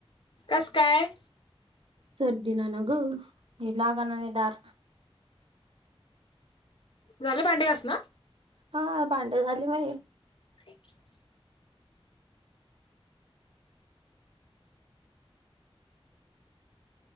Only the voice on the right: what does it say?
सर्दीन ना ग हे लागलं आणि धार
हा भांडी झाली माझी.